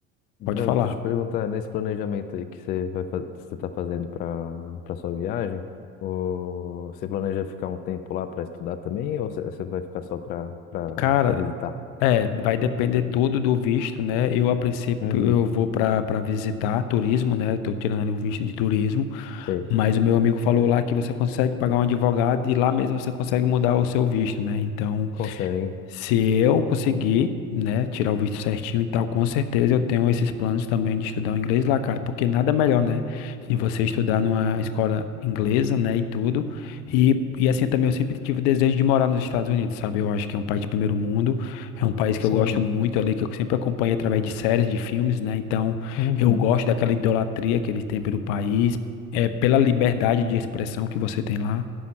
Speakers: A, on the left (about 25°); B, on the left (about 50°).
A: Não,
B: pode falar.
A: Deixa eu te perguntar, nesse planejamento aí que você vai, fa- você está fazendo para para sua viagem, ou você planeja ficar um tempo lá para estudar também, ou você você vai ficar só para para
B: Cara,
A: visitar?
B: é, vai depender tudo do visto, né, eu a princípio
A: Uhum,
B: eu vou para para visitar turismo, né, tô tirando ali o visto de turismo,
A: sei.
B: mas o meu amigo falou lá que você consegue pagar um advogado e lá mesmo você consegue mudar o seu visto, né? Então,
A: Consegue.
B: Se eu conseguir, né, tirar o visto certinho e tal, com certeza eu tenho esses planos também de estudar o inglês lá, cara, porque nada melhor, né, de você estudar numa escola inglesa, né, e tudo. E, e assim também eu sempre tive o desejo de morar nos Estados Unidos, sabe? Eu acho que é um país de primeiro mundo, é um país
A: Sim.
B: que eu gosto muito ali, que eu sempre acompanho através de séries, de filmes, né? Então,
A: Uhum.
B: eu gosto daquela idolatria que eles têm pelo país, é pela liberdade de expressão que você tem lá.